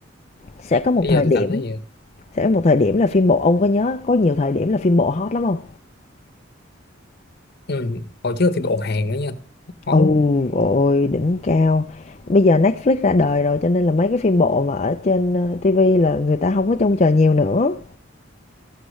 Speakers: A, on the left; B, on the left.
A: sẽ có một
B: Bây
A: thời
B: giờ tôi
A: điểm
B: cảm thấy vậy
A: sẽ có một thời điểm là phim bộ ông có nhớ có nhiều thời điểm là phim bộ hot lắm không
B: Ừ, hồi trước thì bộ hàng đó nha máu
A: ôi ôi đỉnh cao bây giờ Netflix ra đời rồi cho nên là mấy cái phim bộ mà ở trên ờ, TV là người ta không có trông chờ nhiều nữa